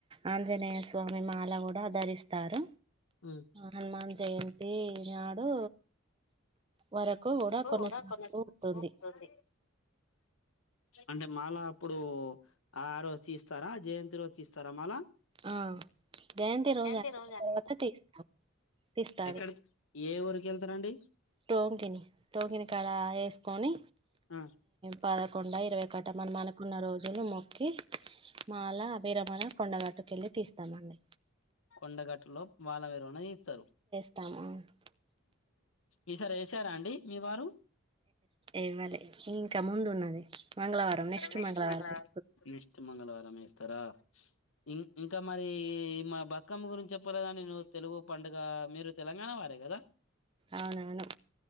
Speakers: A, on the right; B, on the left.
A: ఆంజనేయ స్వామి మేమాల కూడా ఆ ధరిస్తారు
B: ఉమ్.
A: హనుమాన్ జయంతి నాడు వరకు
B: ఎప్పు
A: కొనసాగుతూ
B: కూడా కొన్నితుంది
A: ఉంటుంది
B: అంటే మాలా అప్పుడు ఆ రోజు తీస్తారా జయంతి రోజు తీస్తారా మాలా
A: ఆ జయంతి రోజు
B: ఏ
A: అయిపోయిన
B: రజ
A: తర్వాత తీస్తాం తీస్తాడు
B: ఎక్కడి ఏ ఊరిక వెళ్తారండి
A: టోంగిని టోంగిని కడ వేసుకొని
B: ఆ,
A: పద కొడా ఇరవై కట మనం అనుకున్న రోజులు మొక్కి మాల భిరమణ కొండగట్టుక వెళ్ళి తీస్తామండి
B: కొండగట్టులో మాల విరవణ ఇస్తారు
A: <unintelligible>
B: ఈ సారి వేసారా అండి మీ వారు
A: ఇవ్వలే ఇంకా ముందు ఉన్నది మంగళవారం
B: నెక్స్ట్
A: మంగళవారం
B: మంగళ నెక్స్ట్ మంగళవారం వేస్తారా ఇం ఇంకా మరి మా బతుకమ్మ గురించి చెప్పలేదండి నువ్వు తెలుగు పండుగ మీరు తెలంగాణ వారే కదా
A: అవునవును